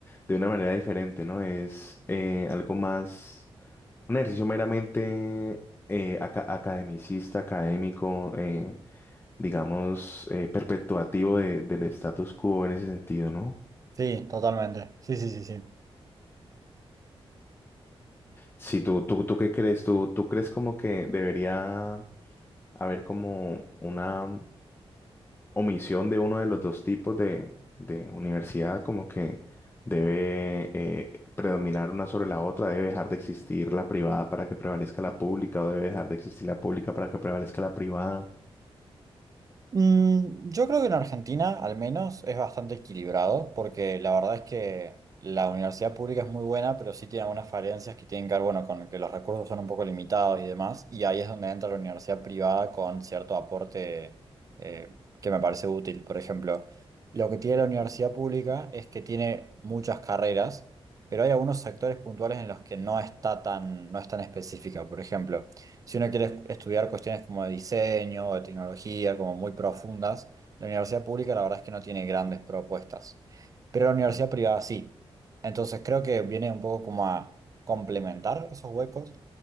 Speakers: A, on the left; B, on the right.
A: de una manera diferente, ¿no? Es eh, algo más, un ejercicio meramente eh, aca- academicista, académico, eh, digamos, eh, perpetuativo de- del status quo en ese sentido, ¿no?
B: Sí, totalmente. Sí, sí, sí, sí.
A: Si tú, tú, tú qué crees, tú, tú crees como que debería haber como una omisión de uno de los dos tipos de, de universidad, como que debe eh, predominar una sobre la otra, debe dejar de existir la privada para que prevalezca la pública o debe dejar de existir la pública para que prevalezca la privada.
B: Mm, yo creo que en Argentina, al menos, es bastante equilibrado, porque la verdad es que la universidad pública es muy buena, pero sí tiene algunas falencias que tienen que ver, bueno, con que los recursos son un poco limitados y demás, y ahí es donde entra la universidad privada con cierto aporte eh, que me parece útil. Por ejemplo, lo que tiene la universidad pública es que tiene muchas carreras, pero hay algunos sectores puntuales en los que no está tan, no es tan específica. Por ejemplo, si uno quiere es- estudiar cuestiones como de diseño o de tecnología, como muy profundas, la universidad pública la verdad es que no tiene grandes propuestas, pero la universidad privada sí. Entonces creo que viene un poco como a complementar esos huecos